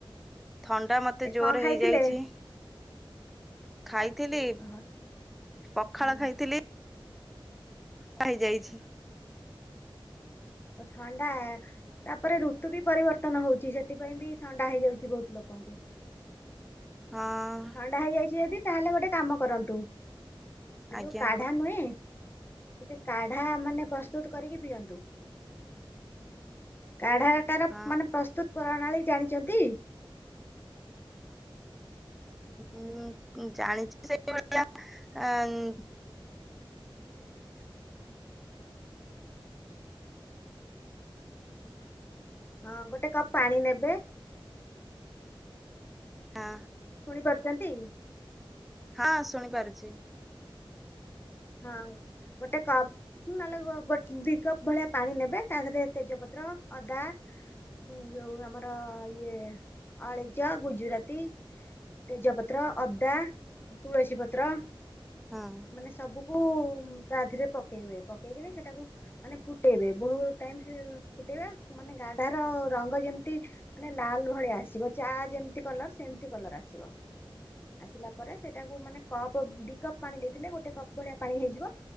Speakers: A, in the centre; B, on the left.
A: ଥଣ୍ଡା ମତ ମତେ
B: ଏ
A: ଜୋରେ
B: କଣ ଖାଇଥିଲେ?
A: ହେଇଯାଇଚି। ଖାଇଥିଲି,
B: ଓହୋ
A: ପଖାଳ
B: ହୁଁ
A: ଖାଇଥିଲି। ପାଇଯାଇଛି।
B: ଓ ଥଣ୍ଡାଆ। ତା ପରେ ଋତୁ ବି ପରିବର୍ତ୍ତନ ହଉଚି, ସେଥିପାଇଁ ବି ଥଣ୍ଡା ହେଇଯାଉଚି ବହୁତ ଲୋକଙ୍କୁ।
A: ହଁ
B: ଥଣ୍ଡା ହେଇଯାଇଚି ଯଦି, ତାହେଲେ ଗୋଟେ କାମ କରନ୍ତୁ। ଏ ଯୋଉ
A: ଆଜ୍ଞା
B: କାଢା ନୁହେଁ, ଟିକେ କାଢା ମାନେ ପ୍ରସ୍ ପ୍ରସ୍ତୁତୁ କରିକି ପିଅନ୍ତୁ, କାଢାଟାର
A: ହଁ
B: ମାନେ ପ୍ରସ୍ତୁତୁ-। ପ୍ରଣାଳୀ ଜାଣିଚନ୍ତି?
A: ଉଁ ଜାଣିଚି ସେଇଭଳିଆ ଆ ଉଁ
B: <inaudible> ହଁ, ଗୋଟେ କପ୍ ପାଣି ନେବେ।
A: ହଁ।
B: ଶୁଣି ପାରୁଚନ୍ତି?
A: ହଁ ଶୁଣି ପାରୁଚି।
B: ହଁ ଗୋଟେ କପ୍। ହୁଁ ନଲେ ଗୋଟ୍ ଦି କପ୍ ଭଳିଆ ପାଣି ନେବେ ତା ଦେହରେ ତେଜପତ୍ର ଅଦା ଉଁ ଯୋଉ ଆମର ଇଏ ଆଳେଇଚ ଗୁଜୁରାତି ତେଜପତ୍ର ଅଦା ତୁଳସୀ ପତ୍ର।
A: ହଁ।
B: ମାନେ ସବୁକୁ ତା ଦେହରେ ପକେଇବେ ପକେଇକିରି ସେଟାକୁ ମାନେ ଫୁଟେଇବେ ବହୁତ ଟାଇମ୍ ଫୁଟେଇବେ ମାନେ ଗାଢାର ରଙ୍ଗ ଯେମିତି ମାନେ ଲାଲ ଭଳିଆ ଆସିବ ଚା ଯେମିତି କଲର ସେମିତି କଲର ଆସିବ। ଆସିଲା ପରେ ସେଇଟାକୁ ମାନେ କପ ଦି କପ୍ ପାଣି ଦେଇଥିଲେ ଗୋଟେ କପ୍ ଭଳିିଆ ପାଣି ହେଇଯିବ।